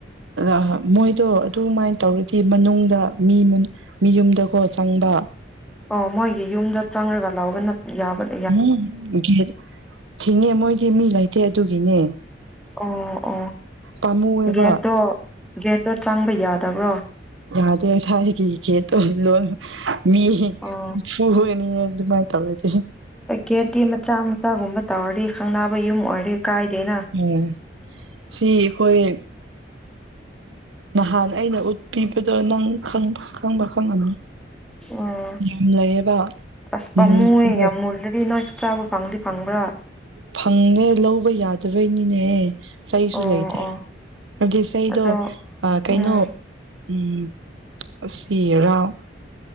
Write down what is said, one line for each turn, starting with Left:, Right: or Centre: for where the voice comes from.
Right: ꯑ ꯃꯣꯏꯗꯣ ꯑꯗꯨꯃꯥꯏꯅ ꯇꯧꯔꯗꯤ ꯃꯅꯨꯡꯗ ꯃꯤ ꯃꯤ ꯌꯨꯝꯗꯀꯣ ꯆꯪꯕ
Centre: ꯑꯣ ꯃꯣꯏꯒꯤ ꯌꯨꯝꯗ ꯆꯪꯔꯒ ꯂꯧꯕ ꯅꯠ ꯌꯥꯕ ꯅꯠ
Right: ꯎꯝ ꯒꯦꯠ ꯊꯤꯡꯉꯦ ꯃꯣꯏꯗꯤ ꯃꯤ ꯂꯩꯇꯦ ꯑꯗꯨꯒꯤꯅꯦ
Centre: ꯑꯣ ꯑꯣ
Right: ꯄꯥꯝꯃꯨꯑꯦꯕ
Centre: ꯒꯦꯠꯇꯣ ꯒꯦꯠꯇꯣ ꯆꯪꯕ ꯌꯥꯗꯕ꯭ꯔꯣ
Right: ꯌꯥꯗꯦ ꯊꯥꯏꯔꯒꯤ ꯒꯦꯠꯇꯣ ꯂꯣꯟ ꯃꯤ
Centre: ꯑꯣ
Right: ꯐꯨꯅꯤ ꯑꯗꯨꯃꯥꯏꯅ ꯇꯧꯔꯗꯤ
Centre: ꯒꯦꯠꯗꯤ ꯃꯆꯥ ꯃꯆꯥꯒꯨꯝꯕ ꯇꯧꯔꯗꯤ ꯈꯪꯅꯥꯕ ꯌꯨꯝ ꯑꯣꯏꯔꯗꯤ ꯀꯥꯏꯗꯦꯅ
Right: ꯑꯣꯝ ꯁꯤ ꯑꯩꯈꯣꯏ ꯅꯍꯥꯟ ꯑꯩꯅ ꯎꯠꯄꯤꯕꯗꯣ ꯅꯪ ꯈꯪꯕ ꯈꯪꯉꯝꯅꯤ
Centre: ꯎꯝ
Right: ꯌꯥꯝ ꯂꯩꯌꯦꯕ
Centre: ꯑꯁ ꯄꯃꯨꯋꯦ
Right: ꯃꯨꯟꯈ꯭ꯔꯦꯅꯦ
Centre: ꯌꯥꯝ ꯃꯨꯜꯂꯗꯤ ꯅꯣꯢꯁꯨ ꯆꯥꯕ ꯐꯪꯗꯤ ꯐꯪꯕ꯭ꯔꯥ
Right: ꯐꯪꯗ‌ꯦ ꯂꯧꯕ ꯌꯥꯗꯕꯩꯅꯤꯅꯦ ꯆꯩꯁꯨ
Centre: ꯑꯣ
Right: ꯂꯩꯇꯦ
Centre: ꯑꯣ
Right: ꯑꯗꯨꯗꯤ ꯆꯩꯗꯣ
Centre: ꯑꯗꯣ
Right: ꯀꯩꯅꯣ
Centre: ꯎꯝ
Right: ꯎꯝ ꯑꯁꯤꯔꯥꯎ